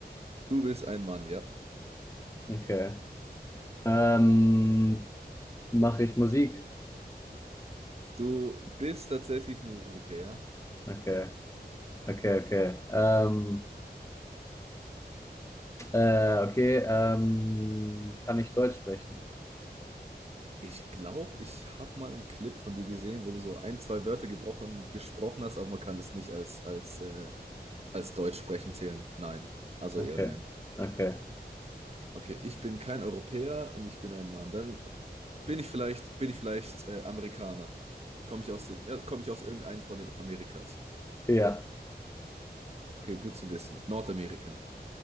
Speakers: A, on the right; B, on the left.
A: Du bist ein Mann, ja.
B: Okay. Ähm, mache ich Musik?
A: Du bist tatsächlich Musiker, ja.
B: Okay, okay, okay. Ähm, äh, okay, ähm, kann ich Deutsch sprechen?
A: Ich glaube, ich habe mal einen Clip von dir gesehen, wo du so ein, zwei Wörter gebrochen, gesprochen hast, aber man kann das nicht als, als, äh, als Deutsch sprechen zählen. Nein, also
B: Okay,
A: eher nein.
B: okay.
A: Okay, ich bin kein Europäer und ich bin ein Mann. Dann bin ich vielleicht, bin ich vielleicht äh, Amerikaner. Komme ich aus den, ja, komme ich aus irgendeinem von den Amerikas.
B: Ja,
A: Okay, gut zu wissen. Nordamerika.